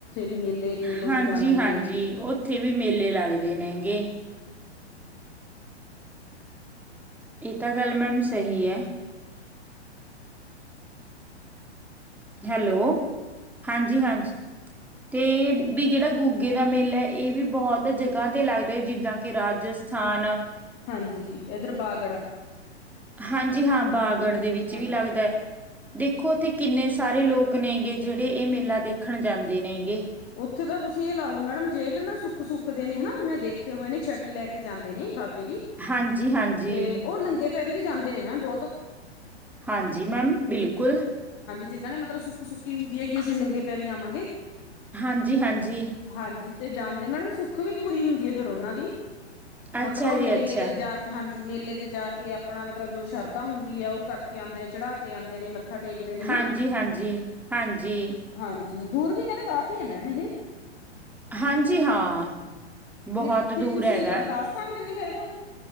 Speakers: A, on the left; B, in the centre.
A: ਵੀ ਮੇਲੇ ਤੇ ਲੋਕ
B: ਹਾਂਜੀ
A: ਜਾਂਦੇ
B: ਹਾਂਜੀ,
A: ਨੇ
B: ਉੱਥੇ ਵੀ ਮੇਲੇ ਲੱਗਦੇ ਨੇ ਹੈਂਗੇ। ਇਹ ਤਾਂ ਗੱਲ ਮੈਮ ਸਹੀ ਹੈ। ਹੈਲੋ ਹਾਂਜੀ ਹਾਂਜੀ, ਤੇ ਵੀ ਜਿਹੜਾ ਗੁੱਗੇ ਦਾ ਮੇਲਾ ਐ ਇਹ ਵੀ ਬਹੁਤ ਜਗ੍ਹਾ ਤੇ ਲੱਗਦਾ ਹੈ ਜਿੱਦਾਂ ਕਿ ਰਾਜਸਥਾਨ
A: ਹਾਂਜੀ ਇੱਧਰ ਬਾਗੜਾ
B: ਹਾਂਜੀ ਹਾਂ ਬਾਗੜ
A: ਹਾਂ
B: ਦੇ ਵਿੱਚ
A: ਹਾਂ
B: ਵੀ ਲੱਗਦਾ। ਦੇਖੋ ਉੱਥੇ ਕਿੰਨੇ ਸਾਰੇ ਲੋਕ ਨੇਗੇ ਜਿਹੜੇ ਇਹ ਮੇਲਾ ਦੇਖਣ ਜਾਂਦੇ ਨੇਗੇ।
A: ਉੱਥੇ ਤਾਂ ਤੁਸੀਂ ਇਹ ਲਾ ਲਓ ਮੈਡਮ ਜਿਹੜੇ ਨਾ ਸੁੱਖ ਸੁੱਕਦੇ ਨੇ ਹਨਾ ਮੈਂ ਦੇਖੇ ਹੋਏ ਨੇ ਛਟੀ ਲੈ ਕੇ ਜਾਂਦੇ ਨੇ, ਛੱਟੀ ਲੈਣ ਕੇ ਜਾਂਦੇ ਨੇ ਦੀ
B: ਹਾਂਜੀ ਹਾਂਜੀ
A: ਤੇ ਉਹ ਨੰਗੇ ਪੈੜੀ ਵੀ ਜਾਂਦੇ ਨੇ ਮੈਂ ਬਹੁਤ।
B: ਹਾਂਜੀ ਮੈਮ ਬਿਲਕੁਲ।
A: ਜਿਹਨ੍ਹਾਂ ਨੇ ਮਤਲਬ ਸੁੱਕ ਸੁੱਕੀ ਹੁੰਦੀ ਹੈ, ਕਿ ਅਸੀਂ ਨੰਗੇ ਪੈਰੀ ਆਵਾਂਗੇ
B: ਹਾਂਜੀ ਹਾਂਜੀ।
A: ਹਾਂਜੀ ਤੇ ਜਾਂਦੇ ਨੇ ਮੈਡਮ ਸੁੱਖ ਵੀ ਪੂਰੀ ਹੁੰਦੀ ਹੈ, ਫਿਰ ਉਹਨਾਂ ਦੀ।
B: ਅੱਛਾ
A: ਮਤਲਬ
B: ਜੀ
A: ਮੇਲੇ
B: ਅੱਛਾ
A: ਤੇ ਜਾ ਕੇ ਹਾਂਜੀ ਜੀ ਮੇਲੇ ਤੇ ਜਾ ਕੇ ਆਪਣਾ ਮਤਲਬ ਜੋ ਸ਼ਰਧਾ ਹੁੰਦੀ ਹੈ, ਉਹ ਕਰਕੇ ਆਂਦੇ ਨੇ ਚੜਾ ਕੇ ਆਂਦੇ ਨੇ ਮੱਥਾ ਟੇਕਦੇ ਨੇ ਹਨਾ
B: ਹਾਂਜੀ ਹਾਂਜੀ, ਹਾਂਜੀ।
A: ਹਾਂਜੀ ਦੂਰ ਵੀ ਕਹਿੰਦੇ ਕਾਫੀ ਨਾਂੈ <unintelligible> ਨ
B: ਹਾਂਜੀ ਹਾਂ। ਬਹੁਤ
A: ਇਹ ਕਿ
B: ਦੂਰ
A: ਤੁਸੀਂ
B: ਹੈਗਾ,
A: ਇੱਧਰ ਰਾਜਸਥਾਨ ਕੰਨੀ ਕਹਿ ਰਹੇ ਹੋ